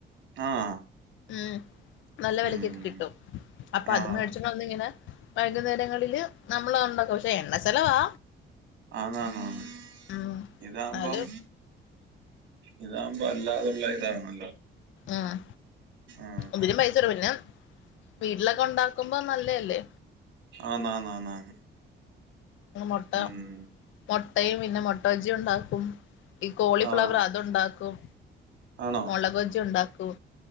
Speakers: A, on the right (about 75°); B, on the left (about 75°).
A: ആഹ്.
B: ഉം. നല്ല വെലക്കൊക്കെ
A: ഉം
B: കിട്ടും അപ്പൊ
A: ആഹ്
B: അത് മേട് ന്നിങ്ങനെ വൈകുന്നേരങ്ങളില് നമ്മളതുണ്ടാക്കും. പക്ഷെ എണ്ണ ചെലവാ.
A: ആന്നാന്നാന്ന്
B: ഉം
A: ഇതാവുമ്പം
B: എന്നാലും
A: ഇതാവുമ്പോ അല്ലാതുള്ള ഇതാണല്ലോ.
B: ആഹ്.
A: ആഹ്
B: ഇതിനും
A: ആഹ്
B: പൈസൊട് പിന്നെ വീട്ടിലൊക്കെ ഉണ്ടാക്കുമ്പോ നല്ല അല്ലേ?
A: ആന്നാന്നാന്നാന്ന്.
B: ന്ന് മൊട്ട
A: ഉം
B: മൊട്ടയും പിന്നെ മൊ ട്ട ബജ്ജി ഉണ്ടാക്കും ഈ കോളിഫ്ലവർ
A: ആഹ്
B: അതുണ്ടാക്കും.
A: ആണോ
B: മൊളക് ബജ്ജി ഉണ്ടാക്കും.